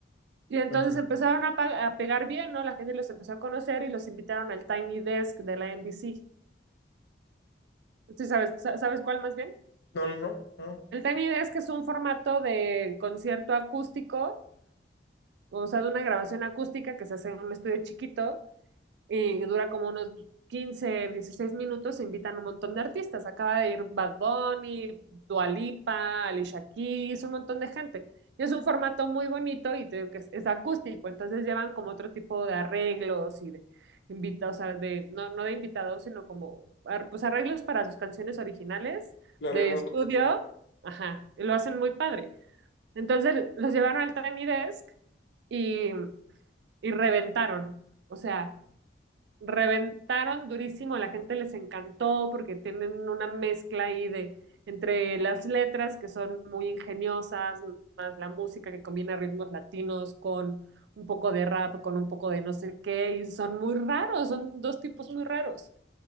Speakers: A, on the right; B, on the left.
A: Y entonces
B: No, En serio.
A: empezaron a, pa- a pegar bien, ¿no? La gente los empezó a conocer y los invitaron al Tiny Desk de la NBC. ¿Sí sabes, sa- sabes cuál más bien?
B: No, no, no, no.
A: El Tiny Desk es un formato de concierto acústico, o sea, de una grabación acústica que se hace en un estudio chiquito y dura como unos quince dieciséis minutos, invitan un montón de artistas. Acaba de ir Bad Bunny, Dua Lipa, Alicia Keys, un montón de gente. Y es un formato muy bonito y te digo que es, es acústico, entonces llevan como otro tipo de arreglos y de invitados, o sea, de, no, no de invitados, sino como ar- pues arreglos para sus canciones originales
B: La
A: de
B: regla
A: estudio.
B: de la canción.
A: Ajá, y lo hacen muy padre. Entonces los llevaron al Tiny Desk y, y reventaron. O sea, reventaron durísimo, a la gente les encantó porque tienen una mezcla ahí de entre las letras que son muy ingeniosas, más la música que combina ritmos latinos con un poco de rap, con un poco de no sé qué, y son muy raros, son dos tipos muy raros.